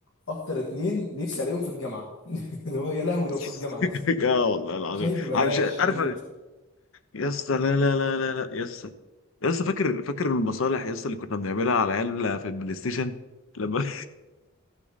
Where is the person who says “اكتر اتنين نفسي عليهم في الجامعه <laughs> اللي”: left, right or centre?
Left